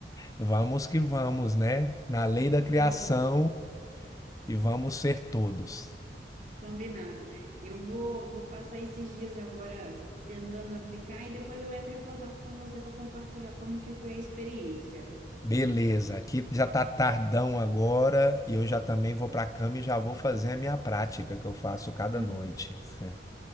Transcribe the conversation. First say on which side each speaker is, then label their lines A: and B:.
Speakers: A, on the left; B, on the right.
A: Vamos que vamos, né? Na lei da criação
B: Vamos,
A: e vamos ser todos.
B: combinado. Eu vou, vou passar esses dias agora tentando aplicar e depois eu entro em contato com você para compartilhar como que foi a experiência.
A: Beleza, aqui já tá tardão agora e eu já também vou pra cama e já vou fazer a minha prática que eu faço cada
B: <laughs>
A: noite. <laughs>